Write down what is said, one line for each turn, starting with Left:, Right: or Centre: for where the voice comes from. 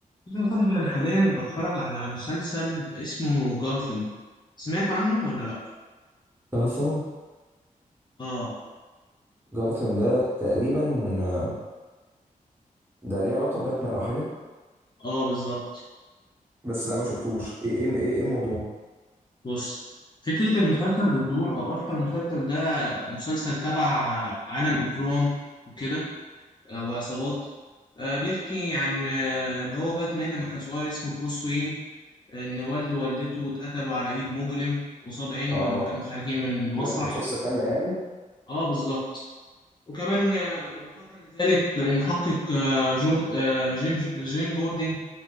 Left: بص يا صاحبي أنا حاليا بتفرج على مسلسل اسمه جاثم سمعت عنه ولا لأ؟
Right: جاثم
Left: آه
Right: جاثم ده تقريبا آه، ده ليه علاقة بباتمان أو حاجة
Left: آه بالظبط
Right: بس لا ما شفتوش إيه إيه إيه إيه الموضوع؟
Left: بص فكرة المسلسل بتدور أو أصلا المسلسل ده مسلسل تبع عالم إجرام وكده أو عصابات آه، بيحكي عن آه، اللي هو باتمان لما كان صغير اسمه بروس وين إن والده ووالدته اتقتلوا على إيد مجرم قصاد عينه
Right: آه
Left: لما كانوا خارجين من المسرح
Right: بيحكوا القصة كاملة يعني؟
Left: آه بالظبط وكمان آه، إضافة لذلك المحقق آه، جورد آه، جيم جيم جوردن